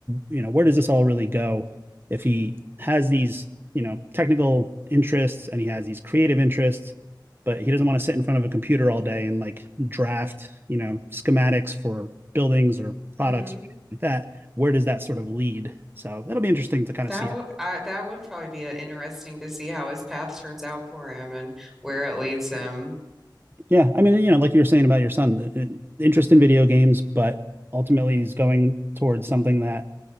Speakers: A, on the right (about 30°); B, in the centre.
A: you know where does this all really go if he has these, you know, technical interests and he has these creative interests, but he doesn't want to sit in front of a computer all day and like draft, you know, schematics for buildings or
B: hmm
A: products or anything like that, where does that sort of lead? So that'll be interesting to kind
B: That
A: of see
B: would
A: how.
B: I, that would probably be an interesting to see how his path turns out for him and where it leads him.
A: Yeah, I mean, you know, like you were saying about your son, the- interest in video games, but ultimately he's going towards something that